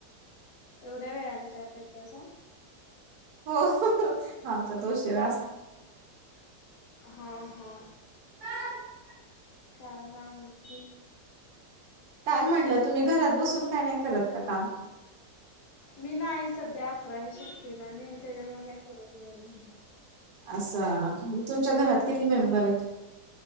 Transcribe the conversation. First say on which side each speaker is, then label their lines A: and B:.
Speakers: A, on the left; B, on the right.
A: एवढ्या वेळान चहा पेतासा.
B: हो आमचा त उशिरा अस-
A: हा हा
B: <unintelligible>
A: काय मग आणखी
B: काय म्हणल, तुम्ही घरात बसून काय नाही करत का काम.
A: मी नाही सध्या अकरावी शिकते ना मी. त्याच्यामुळे काय करत नाही मी.
B: असा, म तुमच्या घरात
A: हो
B: किती मेंबर आहेत.